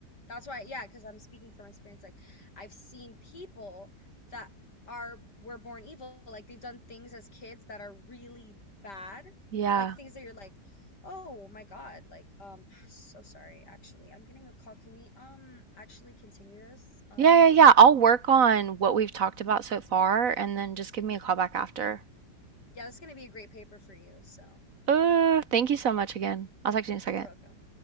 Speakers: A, on the left; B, on the right.
A: That's why, yeah, because I'm speaking from experience. Like, I've seen people that are were born evil. Like, they've done things as kids that are really bad.
B: Yeah.
A: Like things that you're like, oh my God. Like, um, <sighs> so sorry. Actually, I'm getting a call. Can we um actually continue this uh
B: Yeah,
A: later?
B: yeah, yeah. I'll work on what we've talked about so far and then just give me a call back after.
A: Yeah, this is gonna be a great paper for you. So
B: Uh, thank you so much again. I'll talk to you in a second.
A: you're welcome.